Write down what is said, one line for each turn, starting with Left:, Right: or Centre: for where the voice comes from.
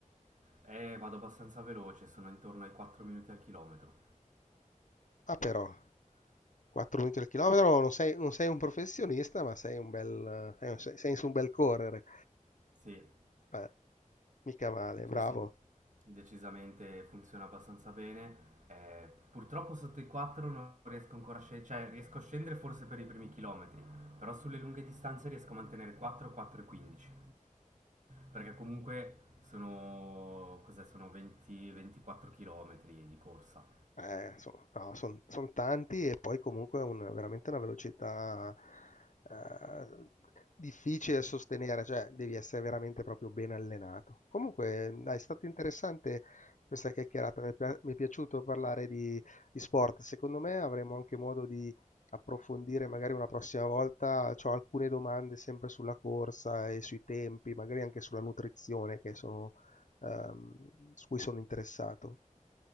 Right: E vado abbastanza veloce, sono intorno ai 4 minuti al chilometro.
Left: Ah però, 4 minuti al chilometro, non sei, non sei un professionista, ma sei un bel, sei, sei su un bel correre.
Right: Sì,
Left: Beh, mica male,
Right: Sì,
Left: bravo.
Right: sì, decisamente funziona abbastanza bene. Eh, purtroppo sotto i 4 non riesco ancora a scendere, cioè riesco a scendere forse per i primi chilometri, però sulle lunghe distanze riesco a mantenere 4, 4 e 15, perché comunque sono, cos'è, sono 20, 24 chilometri di corsa.
Left: Eh, sono no, son- son tanti e poi comunque è un- veramente una velocità eh, difficile da sostenere, cioè devi essere veramente proprio ben allenato. Comunque, dai, è stato interessante questa chiacchierata, mi è, pi- mi è piaciuto parlare di, di sport. Secondo me avremo anche modo di approfondire magari una prossima volta. Ho alcune domande sempre sulla corsa e sui tempi, magari anche sulla nutrizione che sono, ehm, su cui sono interessato.